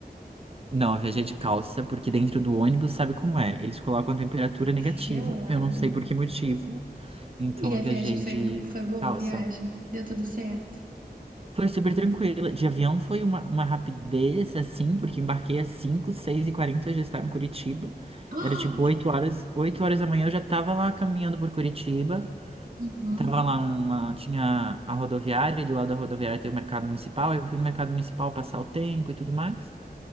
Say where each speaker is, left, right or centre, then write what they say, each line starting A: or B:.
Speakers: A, on the right (about 35°); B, on the right (about 55°).
A: não, eu viajei de calça, porque dentro do ônibus sabe como é. Eles colocam a temperatura negativa,
B: Gelado.
A: eu não sei por que motivo. Então
B: E a
A: eu
B: viagem
A: viajei
B: foi,
A: de,
B: foi
A: de
B: boa,
A: calça.
B: a viagem? Deu tudo certo?
A: Foi super tranquila. De avião foi uma, uma rapidez, assim, porque embarquei às 5, 6 e 40 eu já estava em Curitiba.
B: Ah!
A: Era tipo 8 horas. oito horas da manhã eu já estava lá caminhando por Curitiba.
B: Uhum.
A: Eu tava lá numa. Tinha a rodoviária, e do lado da rodoviária tem o mercado municipal. Eu fui no mercado municipal passar o tempo e tudo mais.